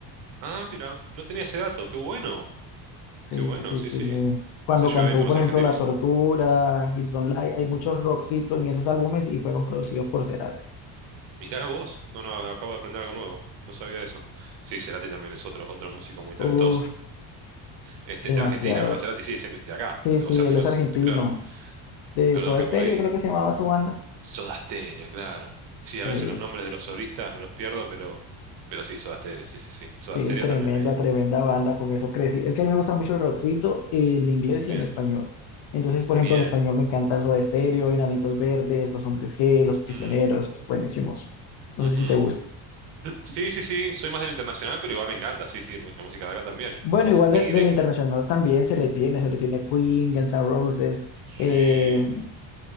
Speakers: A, on the right (about 65°); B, on the left (about 65°).
A: Ah, mira, no tenía ese dato. Qué bueno,
B: Sí,
A: qué bueno,
B: sí,
A: sí,
B: sí.
A: sí.
B: Cuando
A: Se lleva
B: cantó,
A: bien con
B: por
A: los argentinos.
B: ejemplo, La Tortura, Hips Don't Lie, hay muchos rockcitos en esos álbumes y fueron producidos por Cerati.
A: Mirá vos. No, no, acabo de aprender algo nuevo. No sabía eso. Sí, Cerati también es otro, otro músico muy talentoso.
B: Uf,
A: Este,
B: demasiado.
A: de Argentina, ¿verdad, Cerati? Sí, siempre de acá.
B: Sí, sí,
A: O sea,
B: él
A: fue,
B: es argentino.
A: claro.
B: De
A: Perdón
B: Soda
A: que
B: Stereo
A: por ahí.
B: creo que se llamaba su banda.
A: Soda Stereo, claro. Sí,
B: Sí.
A: a veces los nombres de los solistas me los pierdo, pero, pero sí, Soda Stereo, sí, sí, sí. Soda
B: Sí,
A: Stereo
B: tremenda,
A: también me.
B: tremenda banda, con eso crecí. Es que a mí me gusta mucho el rockcito en inglés
A: Bien,
B: y en español. Entonces, por ejemplo,
A: bien.
B: en español me encanta Soda Stereo, Enanitos Verdes, Los Hombres G, Los Prisioneros,
A: Mm,
B: buenísimos. No
A: ujú.
B: sé si te gusta.
A: Sí, sí, sí, soy más del internacional, pero igual me encanta, sí, sí, mucha música de acá también.
B: Bueno, igual
A: Y
B: de, de
A: de...
B: la internacional también se le tiene, se le tiene Queen, Guns N' Roses,
A: Sí,
B: eh,